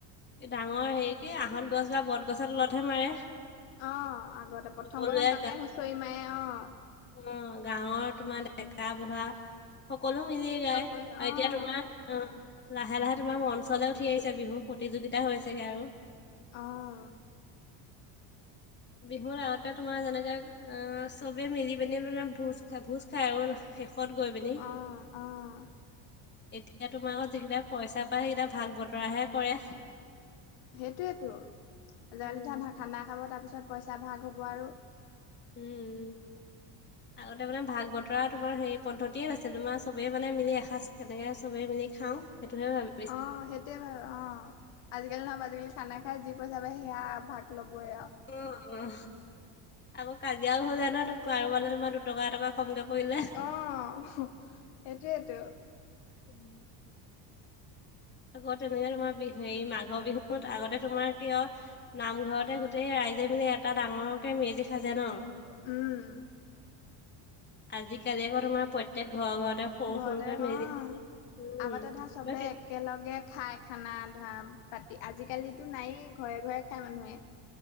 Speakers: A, on the left (about 20°); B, on the left (about 70°).
A: ডাঙৰ হেৰি কি আঁহত গছ বা বট গছৰ তলতহে মাৰে!
B: অঁ আগতে প্ৰথম
A: সকলোৱে
B: প্ৰথম তাতে হুঁচৰি মাৰে অঁ।
A: অহ, গাঁৱৰ তোমাৰ ডেকা বুঢ়া সকলো মিলিয়ে গায়
B: সকলোৱে
A: আৰু এতিয়া
B: অ',
A: তোমাৰ অঁ, লাহে লাহে তোমাৰ অঞ্চলে উঠি আহিছো বিহু প্ৰতিযোগিতা হৈছেগে আৰু।
B: অহ।
A: বিহুৰ আগতে তোমাৰ যেনেকাে অঁ চবে মিলি পিনি মানে ভোজ খাই ভোজ খাই হ'ল। শেষত গৈ পিনি
B: অ', অ'।
A: এতিয়া তোমাৰ আকৌ যিকেইটা পইচা পায় সেইকেইটা ভাগ বতৰাহে কৰে।
B: সেইটোৱেতো, <unintelligible>
A: উম
B: খানা খাব তাৰপিছত পইচা ভাগ হ'ব আৰু।
A: উম।
B: <unintelligible>
A: আগতে মানে ভাগ বতৰা তোমাৰ হেৰি পদ্ধতিয়ে নাছিল, তোমাৰ চবেই মানে মিলি এসাঁজ তেনেকৈ চবেই মিলি খাওঁ- সেইটোহে ভা
B: অঁ সেইটো ৱে ভাবে অঁ, আজিকালি নহব আজিকালি খানা খাই যি পইচা পায় সেয়া ভাগ ল'বই আৰু।
A: উমঁ উমঁ। আকৌ কাজিয়াও হৈ যায় নহয় কাৰোবাৰে তোমাৰ দুটকা এটকা কমকে পৰিলে।
B: অঁ, সেইটোৱেইতো।
A: <unintelligible> আকৌ তেনেকে তোমাৰ বিহু মাঘৰ বিহুত আগতে তোমাৰ কিয় নামঘৰতে গোটেই ৰাইজে মানে এটা ডাঙৰকে মেজি সাজে ন'।
B: উমঁ।
A: আজিকালি আকৌ তোমাৰ প্ৰত্যয়েক ঘৰৰ ঘৰতে সৰু
B: ঘৰতে
A: সৰুকে মেজি
B: অ',
A: সাজে, উমঁ
B: আগতে ধৰা চবে
A: বাকী
B: একেলগে খায় খানা ধৰা, পাতি আজিকালিতো নায়েই ঘৰে ঘৰে খাই মানুহে।